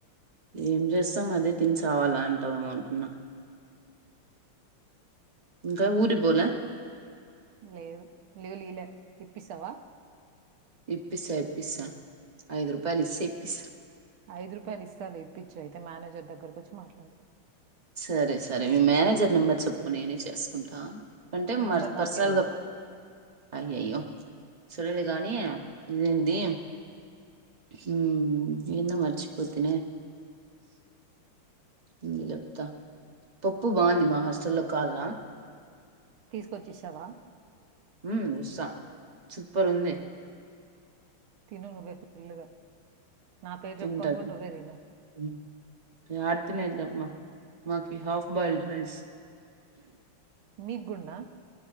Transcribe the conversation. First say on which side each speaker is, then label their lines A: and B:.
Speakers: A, on the right (about 50°); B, on the right (about 75°).
A: ఏం చేస్తాం అదే తినిసావాలా అంటావేమో అనుకున్నా. ఇంకా ఊరిక్ పోలే.
B: లేదు లీవులియ్యలే ఇప్పిస్తవా.
A: ఇప్పిస్తా ఇప్పిస్తా. ఐదు రూపాయలు ఇస్తే ఇప్పిస్తా.
B: ఐదు రూపాయలిస్ సాలు ఇప్పిచ్చు ఐతేే మేనేజర్ దగ్గరకొచ్చి మాట్లా <inaudible>
A: సరే సరే మీ మేనేజర్ నెంబర్ చెప్పు నేనే చేసుకుంటా అంటే
B: నంబర్
A: మరి పర్సనల్గా
B: నాకే తెలియదు
A: అయ్యయ్యో సరేలే గానీ ఇదేంది
B: ఆ
A: హుమ్ ఏందో మర్చిపోతినే ఉండు చెప్తా పప్పు బావుంది మా హస్టల్ లో కావాల్నా
B: తీసుకొచ్చిస్తావా
A: ఉమ్మ్ ఇస్తా సూపర్ ఉంది
B: తిను నువ్వే ఫుల్లుగా నా పేరు
A: తింటా
B: చెప్పుకొని కూడ
A: తీ
B: నువ్వే తిను
A: హ్మ్. యాడ తినేది లేమ్మా మాకి హాఫ్ బాయిల్డ్ రైస్
B: మీక్ గూడ్నా